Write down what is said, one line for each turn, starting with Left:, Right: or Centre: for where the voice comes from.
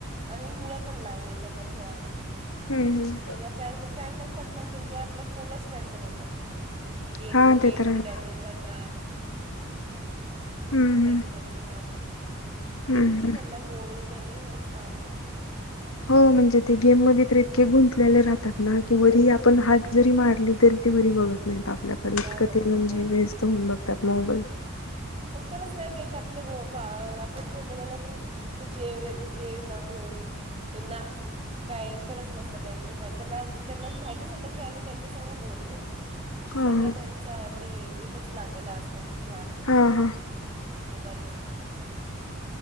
Right: आणि मुलं पण नाही त्यांना खेळायला.
Left: हम्म हम्म.
Right: त्यांना फ्रेंड फ्रेंड असतात मग त्यांनी आपल्या फोनलाच फ्रेंड बनवतात त्यानला गेम
Left: हा
Right: गेम
Left: ते तर आहे.
Right: ती डाउनलोड करणार.
Left: हम्म
Right: हेच
Left: हम्म.
Right: त्यांच काम आता
Left: हम्म
Right: कितीही
Left: हम्म.
Right: त्यांना <unintelligible> त्याना हेच काम करणारे
Left: हो म्हणजे ते गेम म गुंतले राहतात, ना की आपण हा जरी मारली तरी ते बरी बघत आपल्याकडे
Right: नाही
Left: इतकं
Right: बघत
Left: ते म्हणजे
Right: नाही
Left: व्यस्त होऊन बघतात मोबाईल
Right: उत्तरच नाही देत आपले आपण जे बोला ना की तू जेव रे तू जेव ना तू, तू ना काय उत्तरच नसत त्यांच्याकडे त्यां त्यांना माहतीच नसत की आम्ही त्यांच्या संग बोलत.
Left: हा
Right: सगळं
Left: हा.
Right: त्यांच ते तिथच लागलेलं असत ध्यान
Left: हा हा.
Right: मोबाईल वर